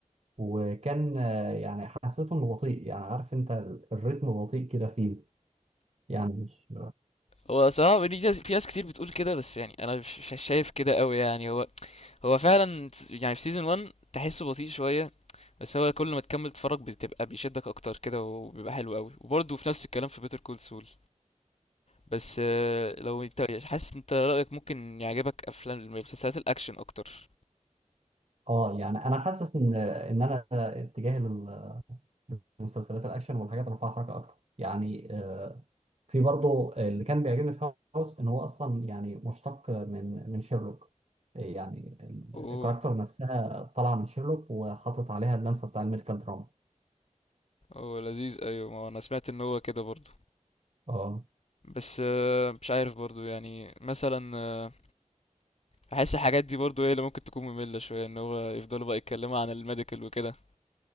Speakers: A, on the right; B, on the left.
A: وكان آه، يعني حسيته انه بطيء يعني عارف انت ال- الريتم بطيء كده فيه يعني مش
B: هو صراحة دي ناس في ناس كتير بتقول كده بس يعني أنا مش مش شايف كده أوي يعني هو هو فعلا يعني في سيزون 1 تحسه بطيء شوية بس هو كل ما تكمل تتفرج بتبقى بيشدك أكتر كده وبيبقى حلو أوي وبرضه في نفس الكلام في بيتر كول سول بس آه، لو أنت حاسس أنت رأيك ممكن يعجبك أفلام مسلسلات الأكشن أكتر
A: اه يعني انا حاسس ان ان انا اتجاهي لل- للمسلسلات الاكشن والحاجات اللي فيها حركه اكتر يعني آه، في برضه اللي كان بيعجبني في هاوس ان هو اصلا يعني مشتق من من شيرلوك يعني ال-
B: أوه
A: الكاركتر نفسها طالعه من شيرلوك وحاطط عليها اللمسه بتاع الميديكال دراما
B: هو لذيذ أيوة ما أنا سمعت إن هو كده برضه
A: اه
B: بس آه، مش عارف برضه يعني مثلا بحس الحاجات دي برضو هي اللي ممكن تكون مملة شوية ان هو يفضلوا بقى يتكلموا عن الميديكال وكده